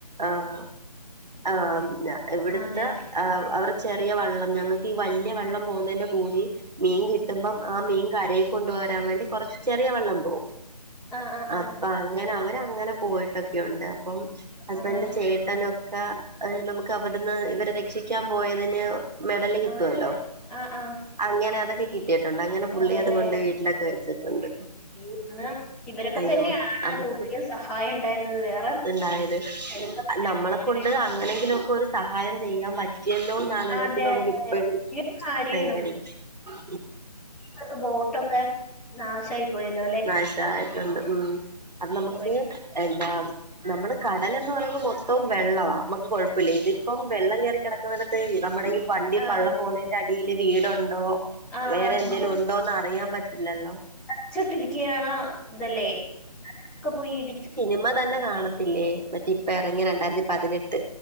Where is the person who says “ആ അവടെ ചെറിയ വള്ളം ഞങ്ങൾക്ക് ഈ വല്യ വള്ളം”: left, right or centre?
Right